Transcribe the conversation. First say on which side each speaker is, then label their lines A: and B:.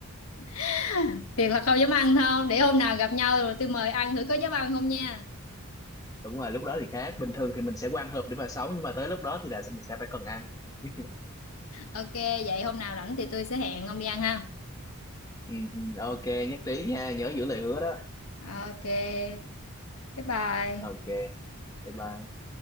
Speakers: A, on the left; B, on the left.
A: <laughs> Thiệt là không dám ăn thôi để hôm nào gặp nhau rồi tôi mời ăn thử có dám ăn không nha
B: đúng rồi lúc đó thì khác bình thường thì mình sẽ quan hợp để mà sống nhưng mà tới lúc đó thì là mình sẽ phải cần ăn <laughs>
A: ok vậy hôm nào rảnh thì tôi sẽ hẹn ông đi ăn ha
B: ừ, ừ, ok nhất trí nha nhớ giữ lời hứa đó
A: ok bye bye
B: ok Bye bye.